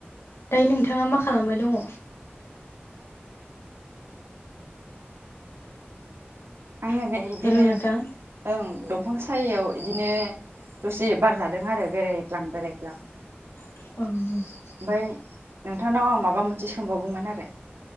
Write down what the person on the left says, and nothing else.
दायो नोंथांङा मा खालामबाय दंङ'
हेल' नोंथां
<unintelligible>